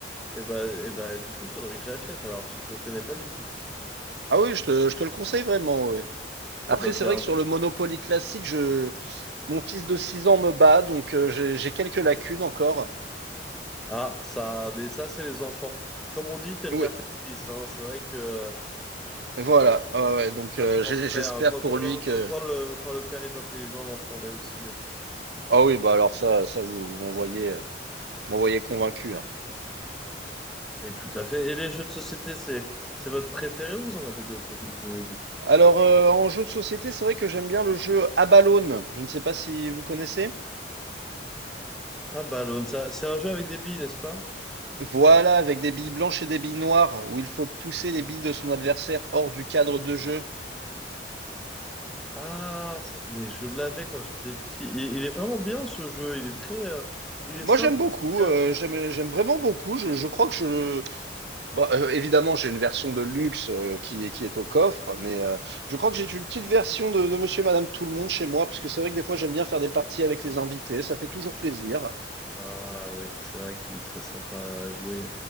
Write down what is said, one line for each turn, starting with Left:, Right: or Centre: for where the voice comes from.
Centre: Et bah, et bah, du coup, faudrait que j'achète alors, parce que je le connais pas du tout.
Right: Ah oui, je te, je te le conseille vraiment. ouais. Après,
Centre: Eh ben
Right: c'est
Centre: c'est
Right: vrai
Centre: un...
Right: que sur le Monopoly classique, je, mon fils de 6 ans me bat, donc euh, j'ai j'ai quelques lacunes encore.
Centre: Ah, ça, mais ça, c'est les enfants. Comme on dit, tel
Right: Oui,
Centre: père, tel fils. hein. C'est vrai que
Right: voilà.
Centre: euh,
Right: Ah ouais, donc
Centre: ça
Right: euh,
Centre: se transmet.
Right: j'ai- j'espère
Centre: hein. Quand,
Right: pour
Centre: quand
Right: lui
Centre: le,
Right: que.
Centre: quand- quand le, quand le père est intelligent, l'enfant l'est aussi. hein.
Right: Ah oui, bah alors ça, ça vous, vous m'envoyez, euh, m'envoyez convaincu. hein.
Centre: Et tout à fait. Et les jeux de société, c'est, c'est votre préféré ou vous en avez d'autres aussi que vous avez beaucoup?
Right: Alors euh, en jeu de société, c'est vrai que j'aime bien le jeu à ballonne. Je ne sais pas si vous connaissez.
Centre: Ah, Ballon, ça, c'est un jeu avec des billes, n'est-ce pas?
Right: Voilà, avec des billes blanches et des billes noires, où il faut pousser les billes de son adversaire hors du cadre de jeu.
Centre: Ah, ça- mais je l'avais quand j'étais petit. Et, il est vraiment bien ce jeu. Il est très, euh, il est
Right: Moi,
Centre: simple
Right: j'aime beaucoup,
Centre: et efficace.
Right: heu, j'aime j'aime vraiment beaucoup. Je je crois que je bah, heu, évidemment, j'ai une version de luxe, heu, qui est qui est au coffre, mais, heu, je crois que j'ai une petite version de de Monsieur et Madame Tout-le-Monde chez moi, parce que c'est vrai que des fois, j'aime bien faire des parties avec les invités, ça fait toujours plaisir.
Centre: Ah oui, c'est vrai qu'il est très sympa à jouer.